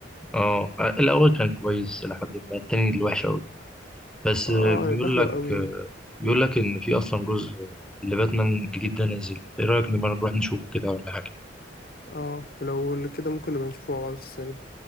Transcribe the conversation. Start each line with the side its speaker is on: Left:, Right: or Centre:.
Centre: اه الاول كان كويس لحد ما التاني اللي وحش قوي بس
Left: اه
Centre: بيقول
Left: بهوى
Centre: لك
Left: أوي يعني
Centre: بيقول لك ان في اصلا جزء لباتمان جديد ده نازل ايه رايك نبقى نروح نشوف كده ولا حاجه
Left: اه ولو كده ممكن نبقى نشوفه مع بعض في السينما